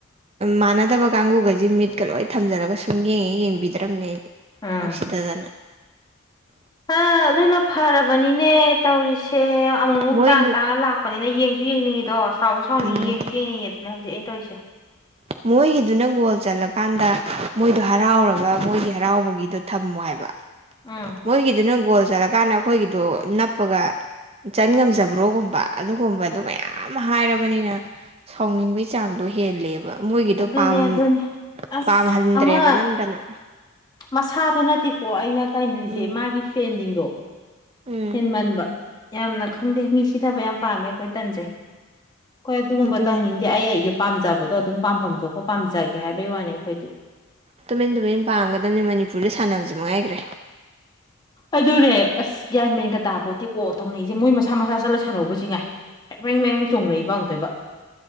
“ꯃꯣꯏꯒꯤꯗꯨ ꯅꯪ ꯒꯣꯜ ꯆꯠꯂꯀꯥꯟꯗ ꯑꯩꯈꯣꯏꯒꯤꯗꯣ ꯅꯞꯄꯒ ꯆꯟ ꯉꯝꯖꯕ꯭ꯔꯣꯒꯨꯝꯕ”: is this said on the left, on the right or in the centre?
Right